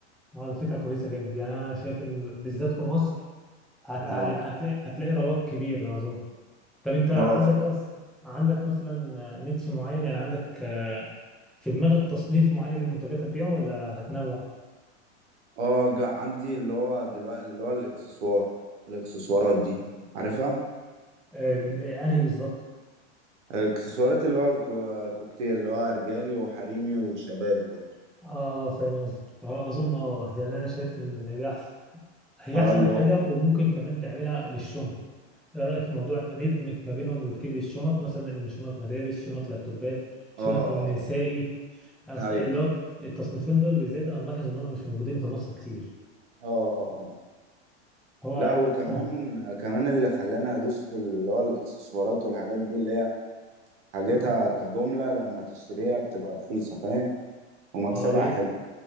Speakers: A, in the centre; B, on the right.
A: آه، ده فكرة كويسة جامد يعني انا شايف ان بالذات في مصر هت... ه-
B: اه
A: يعني هتلاقي هتلاقي رواج كبير اظن طب انت عندك
B: اه ف-
A: أص... عندك مثلا آه، نيتش معين يعني عندك آه، في دماغك تصنيف معين لمنتجات هتبيعه ولا هتنوع؟
B: اه جا- عندي اللي هو دلوقتي اللي هو الاكسسوار الاكسسوارات دي عارفها
A: آه، من إيه؟ انهي بالظبط؟
B: الاكسسوارات اللي هو الكوكتيل اللي هو رجالي وحريمي وشبابي برضه
A: اه اه فاهم قصدك آه، اظن اه يعني انا شايف ان ده احسن هي
B: اه
A: احسن
B: اللي
A: حاجه
B: هو اه
A: وممكن كمان تعملها للشنط ايه رايك في موضوع ندمج ما بينهم وتجيب الشنط مثلا إن شنط مدارس شنط لابتوبات شنط
B: اه
A: للنسائي اصل
B: آه. ايوه
A: اللي هو التصنيفين دول بالذات انا ملاحظ ان هم مش موجودين في مصر كتير
B: اه اه آه.
A: هو
B: لا وكمان
A: هو
B: كمان اللي خلاني ادوس في اللي هو الاكسسوارات والحاجات دي اللي هي حاجتها
A: مم.
B: كجملة لما تشتريها بتبقى رخيصة فاهم ومكسبها
A: اه ليه
B: حلو